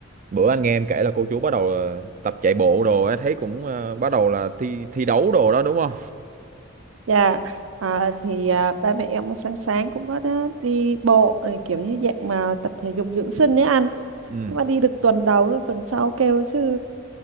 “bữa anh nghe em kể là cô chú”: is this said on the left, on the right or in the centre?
Right